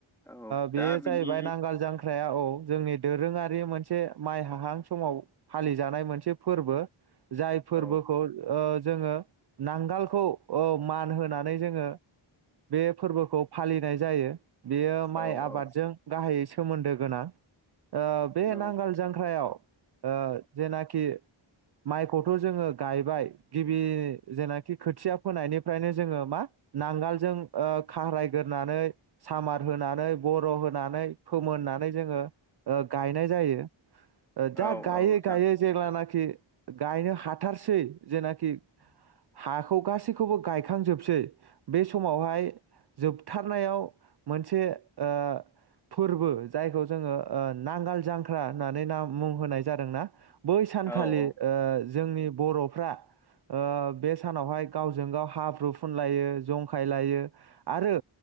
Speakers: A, in the centre; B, on the right.
A: औ
B: बेयो
A: दा बिनि
B: जाहैबाय नांगोल जांख्रा ख्राया औ जोंनि दोरोङारि मोनसे माइ हाहां समाव फालि जानाय मोनसे फोरबो जाय फोरबोखौ
A: औ
B: ओ जोङो नांगालखौ ओ मान होनानै जोङो बे फोरबोखौ फालिनाय जायो बेयो माइ
A: औ
B: आबादजों
A: औ
B: गाहायै सोमोन्दो गोनां ओ बे
A: औ
B: नांगाल जांख्रायाव ओ जेनाखि माइखौथ' जोङो गायबाय गिबि जेनाखि खोथिया फोनायनिफ्रायनो जोङो मा नांगोलजों ओ खारायगोरनानै सामार होनानै बर' होनानै फोमोननानै जोङो ओ गायनाय जायो । ओ जा
A: औ
B: गायै
A: औ नोंथां
B: गायै जेब्ला ना खि गायनो हाथारसै जेनाखि हाखौ गासैखौबो गायखांजोबसै बे समावहाय जोबथारनायाव मोनसे ओ फोरबो जायखौ जोङो ओ नांगाल जांख्रा होननानै ना मुं होनाय जादोंना बै सानखालि
A: औ औ औ
B: ओ जोंनि बर'फ्रा ओ बे सानावहाय गावजों गाव हाब्रु फुनलायो जंखायलायो आरो